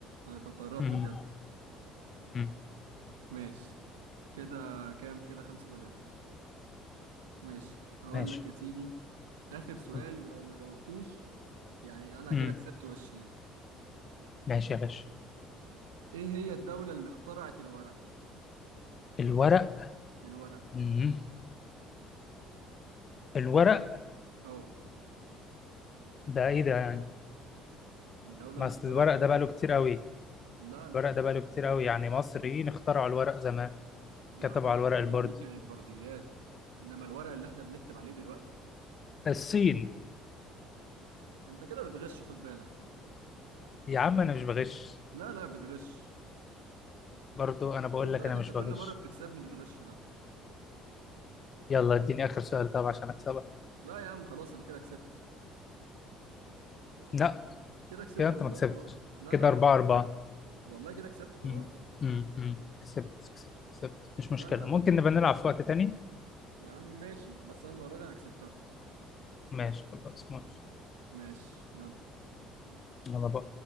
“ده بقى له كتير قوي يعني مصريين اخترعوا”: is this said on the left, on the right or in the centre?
Left